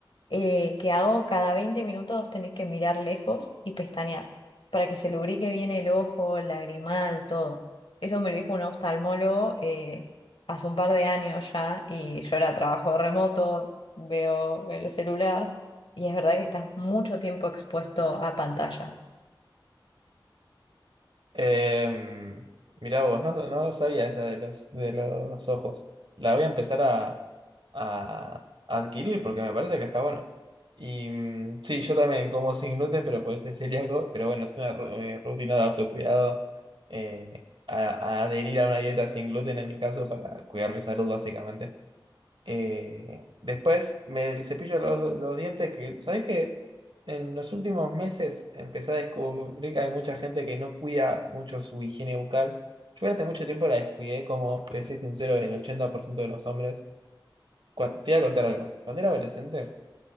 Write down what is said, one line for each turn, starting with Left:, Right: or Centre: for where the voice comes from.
Left: eh, que hago cada 20 minutos tenés que mirar lejos y pestañear para que se lubrique bien el ojo, el lagrimal, todo. Eso me lo dijo un oftalmólogo eh, hace un par de años ya y yo ahora trabajo remoto, veo el celular. Y es verdad que estás mucho tiempo expuesto a pantallas.
Right: Em, mirá vos, no, no sabía esa de los, de los ojos. La voy a empezar a, a adquirir porque me parece que está bueno. Y mm, sí, yo también como sin gluten, pero porque soy celíaco, pero bueno, es una ru- eh, rutina de autocuidado. eh, a, a adherir a una dieta sin gluten en mi caso para cuidar mi salud básicamente. Eh, después me cepillo los, los dientes que, ¿sabés qué? En los últimos meses empecé a descubrir que hay mucha gente que no cuida mucho su higiene bucal. Yo durante mucho tiempo la descuidé, como te soy sincero, el 80% de los hombres. Cuan- te voy a contar algo. Cuando era adolescente,